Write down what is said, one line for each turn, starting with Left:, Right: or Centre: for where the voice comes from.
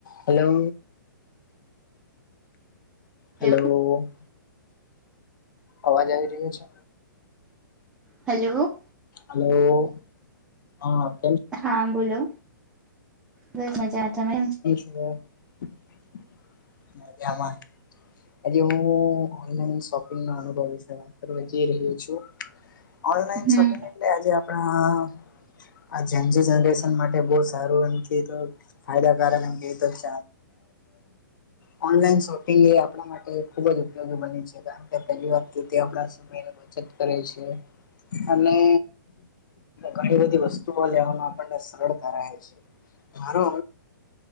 Left: Hello. hello.
Centre: Hello
Left: અવાજ આવી રહ્યો છે.
Centre: હલો.
Left: હેલો. હા.
Centre: હા બોલો બસ મજા આતા મે.
Left: <unintelligible> એવું ઓનલાઇન શોપિંગ અનુભવ વિશે બાત કરે જાય રહે છું. ઓનલાઈન
Centre: હમ્મ.
Left: શોપિંગ એટલે આજે આપણા આ જેન જે જનરેશન માટે બહ સારું એમ ક તો. ખાયલા કારણ ક તો ચ. ઓનલાઈન શોપિંગ એ આપણા માટે ખુબ જ ઉપયોગી બની છે કારણ કે પહેલી વાર આપ. સમય બચત કરે છે અને. ઘણી બધી વસ્તુ લેવાવામાં આપને સરળતા રહે છે મારો